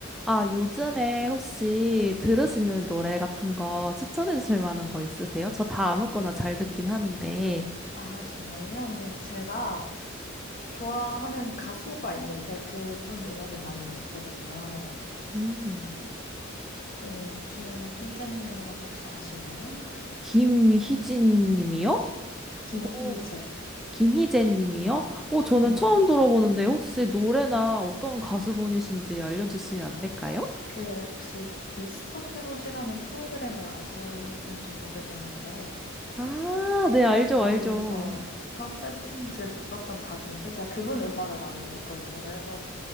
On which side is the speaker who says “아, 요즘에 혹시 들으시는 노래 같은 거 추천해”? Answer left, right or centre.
Centre